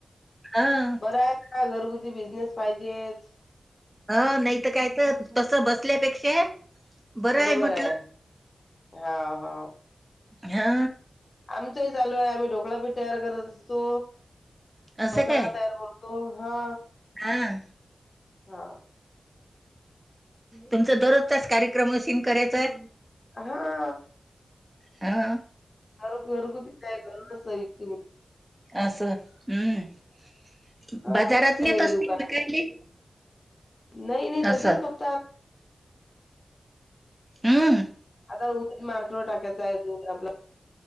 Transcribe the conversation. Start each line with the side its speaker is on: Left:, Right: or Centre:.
Right: हां.
Left: बरं आहे का घरगुती बिझनेस पाहिजे <inaudible>
Right: ह नाही तर काय तर, तस बसल्यापेक्षा बरं
Left: बरोबर
Right: म्हटलं.
Left: आहे. हा हा.
Right: हा
Left: आमचही चालू आहे आम्ही ढोकळापीठ तयार करत असतो.
Right: असं
Left: मसाला
Right: काय?
Left: तयार करतो हा
Right: हां.
Left: हा.
Right: तुमचा दररोजचाच कार्यक्रम मशीन करायचा
Left: हा
Right: हा
Left: घर घरगुती काय, घरपोच विकते मी.
Right: असं हम्म
Left: हा
Right: बाजारात नेत
Left: दिले
Right: असतील
Left: दुकानात
Right: विकायले
Left: नाही नाही तसेच
Right: असं.
Left: खपतात.
Right: हम
Left: आता उमेद मार्गावर टाकायचा आहे उद्योग आपला